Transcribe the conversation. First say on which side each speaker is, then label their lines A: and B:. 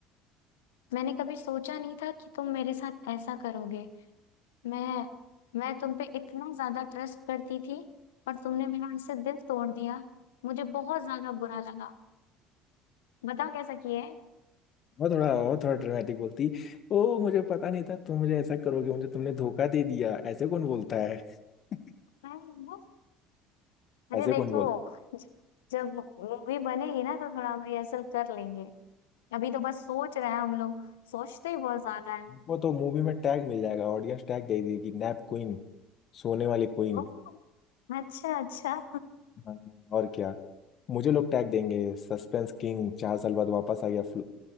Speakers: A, on the left; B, on the left.
A: मैंने कभी सोचा नहीं था कि तुम मेरे साथ ऐसा करोगे मैं मैं तुम पे इतना ज्यादा ट्रस्ट करती थी और तुमने मेरा उससे दिल तोड़ दिया मुझे बहुत ज्यादा बुरा लगा बताओ कैसा किया है
B: और थोड़ा और थोड़ा ड्रामेटिक बोलती ओ मुझे पता नहीं था तुम मुझे ऐसा करोगे मुझे तुमने धोखा दे दिया ऐसे कौन बोलता है <laughs>
A: मैं वो- अरे
B: ऐसे
A: देखो
B: कौन बोलता
A: ज- जब मूवी बनेगी ना तो थोड़ा हम रिहर्सल कर लेंगे अभी तो बस सोच रहे हैं हम लोग सोचते ही बहुत ज्यादा है
B: है उनको तो मूवी में टैग मिल जाएगा ऑडियंस टैग दे देगी नैप क्वीन सोने वाली क्वीन
A: ओह, अच्छा अच्छा
B: हाँ, और क्या मुझे लोग टैग देंगे सस्पेंस किंग चार साल बाद वापस आ गया फुल-